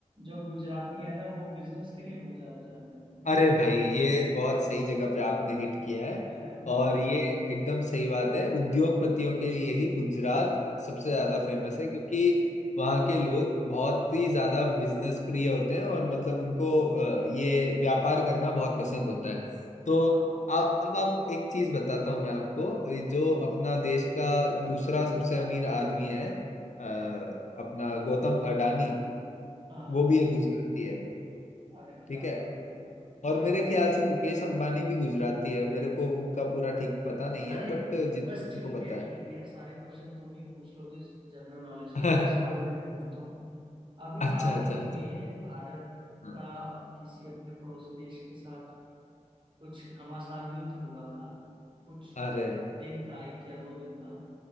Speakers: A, on the right; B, on the left.
A: जो गुजराती है ना वो बिजनेस के लिए बहुत ज्यादा जाने जाते हैं
B: अरे भाई ये बहुत सही जगह पे आपने हिट किया है
A: है ना
B: और ये एकदम सही बात है उद्योगपतियों के लिए ही गुजरात सबसे ज्यादा
A: हाँ
B: फेमस है क्योंकि वहाँ के लोग बहुत ही ज्यादा बिजनेस प्रिय होते हैं और मतलब उनको अ, ये व्यापार करना बहुत पसंद होता है तो
A: हाँ
B: आप अब आप एक चीज बताता हूँ मैं आपको जो अपना देश का दूसरा सबसे अमीर आदमी है अ, अपना गौतम अडानी
A: हाँ
B: वो भी एक गुजराती है
A: अरे क्या
B: ठीक है
A: बात है क्या बात है
B: और मेरे ख्याल से मुकेश अंबानी भी गुजराती है मेरे को उनका पूरा ठीक पता नहीं
A: अरे
B: है बट जितना
A: बस
B: मेरे
A: ठीक
B: को पता
A: है ठीक
B: है
A: है सारे क्वेश्चन तुम ही पूछ लोगे जनरल नॉलेज
B: <laughs>
A: के एक सवाल मैं भी पूछता हूँ अभी हाल
B: अच्छा अच्छा
A: ही
B: अच्छा
A: में भारत
B: हाँ
A: का किसी अपने पड़ोसी देश के साथ कुछ घमासान युद्ध हुआ था कुछ
B: अरे
A: दिन का एक या दो दिन का